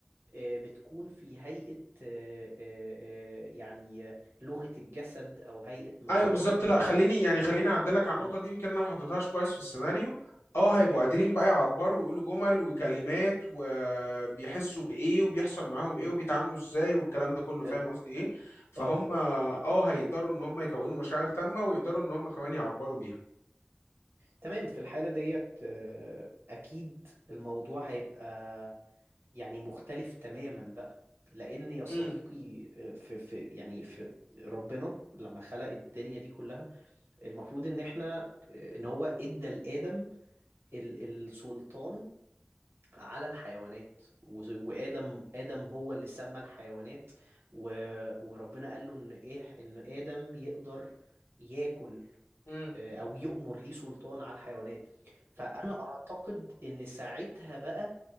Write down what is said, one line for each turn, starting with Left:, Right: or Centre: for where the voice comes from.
Right: آه، بتكون في هيئة آه، آه، آه، يعني آه، لغة الجسد او هيئة نظرات
Left: ايوه بالظبط لا
Right: او
Left: خليني يعني خليني اعدلك على النقطه
Right: مم.
Left: دي يمكن انا ما حطيتهاش كويس في السيناريو اه
Right: اوكي
Left: هيبقوا قادرين بقى يعبروا ويقولوا جمل وكلمات وبيحسوا بايه وبيحصل معاهم ايه
Right: امم
Left: وبيتعاملوا ازاي والكلام ده كله فاهم
Right: حلو
Left: قصدي ايه فهم
Right: اه
Left: اه هيقدروا ان هم يكونوا مشاعر تامه ويقدروا ان هم كمان يعبروا بيها
Right: تمام في الحالة ديت آه، اكيد الموضوع هيبقى يعني مختلف تماما بقى لأن يا صديقي
Left: امم
Right: آه، في في يعني في ربنا لما خلق الدنيا دي كلها المفروض إن إحنا آه، إن هو إدى لآدم ال- السلطان على الحيوانات و- وآدم آدم هو اللي سمى الحيوانات و- وربنا قال له إن إيه إن آدم يقدر ياكل
Left: امم
Right: آه، أو يؤمر ليه سلطان على الحيوانات فأنا أعتقد إن ساعتها بقى